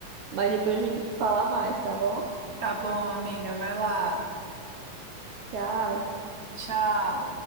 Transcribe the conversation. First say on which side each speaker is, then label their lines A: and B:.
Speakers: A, on the right; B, on the right.
A: mas depois a gente fala mais, tá bom?
B: Tá bom, amiga, vai lá.
A: Tchau.
B: Tchau.